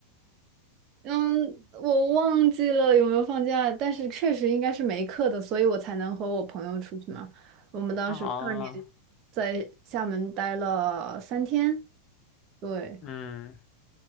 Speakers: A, on the right; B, on the left.
A: 嗯，我忘记了有没有放假，但是确实应该是没课的，所以我才能和我朋友出去嘛。我们当时跨年
B: <laughs> 啊，
A: 在厦门待了三天，对，
B: 嗯，